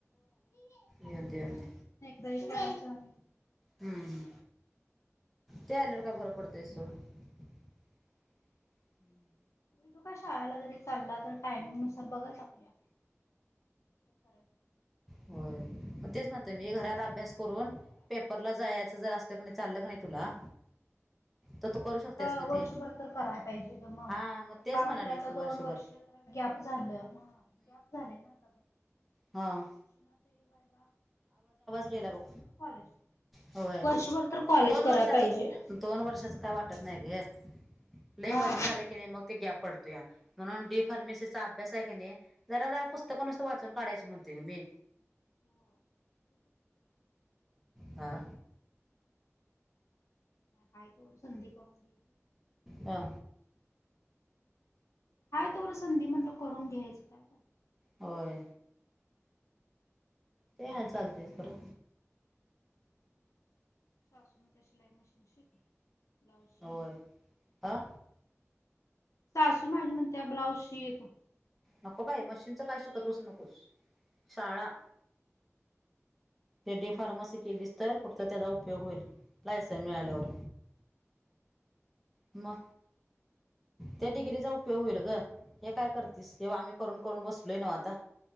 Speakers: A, in the centre; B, on the left.
A: येऊ दे. येऊ दे.
B: दही करायचं आणून.
A: हम्म. ते आल्यावर काय बरं पडतंय सोड. <unintelligible> हम.
B: तो काय शाळेला जरी चालला. तर टाइमिंग नुसार बघायच आपल्या. करायच.
A: होय. तेच म्हणते मी
B: करायचं
A: घरात
B: नाहीतर
A: अभ्यास करून
B: हे करायचं.
A: पेपरला जायचं जर असलं कणी चालल का नाही तुला. तर तू करू शकतेस
B: करा
A: ग
B: वर्षभर
A: ते.
B: तर कराय पाहिजे ग
A: हा मग तेच
B: का
A: म्हणाले
B: माहिती
A: की
B: दोन
A: वर्षभर.
B: वर्ष आता जरा गॅप झालय. गॅप झाले ना आता.
A: हां.
B: म्हणून ते वायफळ. हा.
A: गेला
B: वर्षभर
A: बघ
B: कॉलेज.
A: होय
B: वर्षभर तर कॉलेज
A: दोन
B: करायला
A: वर्षाच
B: पाहिजे.
A: दोन वर्षाच काय वाटत नाही ग. लय
B: हा.
A: वर्ष झालं की नाही मग, ते गॅप पडतोया म्हणून, डी फार्मसी चा अभ्यास आहे क नयी जरा जरा पुस्तक नुसत वाचून काढायची म्हणते मी
B: <inaudible> <inaudible>
A: हा
B: आहे तोवर संधी करून घ्यायची
A: आ
B: हाय तोवर संधी म्हटल करून घ्यायच, काय <inaudible>
A: होय ते हय चालतयस, ब्र
B: सासू म्हणत्या शिलाई मशीन शिक, ब्लाऊज
A: होय
B: शिक
A: हा
B: सासू माझी म्हणत्या ब्लाउज शिक
A: नको बाई मशीनच
B: बघूया
A: काय शिकत
B: म्हणलं.
A: बसू नकोस, शाळा ते डी फार्मसी केलीस तर त्याचा कुटतर उपयोग होईल लायसन मिळाल्यावर म, त्या डिगरीचा उप यो होइल ग हे काय करतीस, हे व्हा आम्ही करून करून बसलोय नव आता